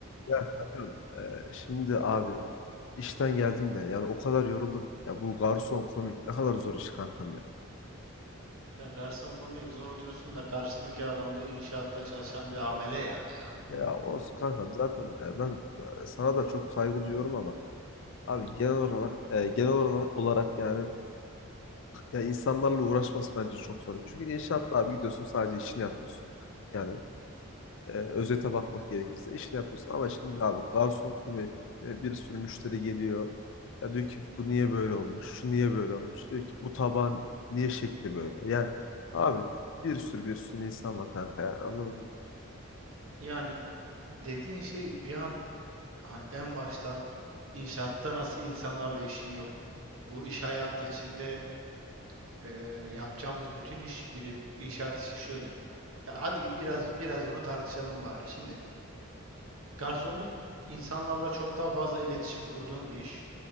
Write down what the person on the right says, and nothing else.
Ya garson komik zor diyorsun da karşısındaki adam da inşaatta çalışan bir amele yani yani.
Yani dediğin şey bir an ha, en başta inşaatta nasıl insanlarla işin yok. Bu iş hayatı içinde e, yapacağımız bütün iş bir de inşaat işi şöyle. Ya hadi biraz biraz bunu tartışalım bari şimdi. Garsonluk insanlarla çok daha fazla iletişim kurduğum bir iş.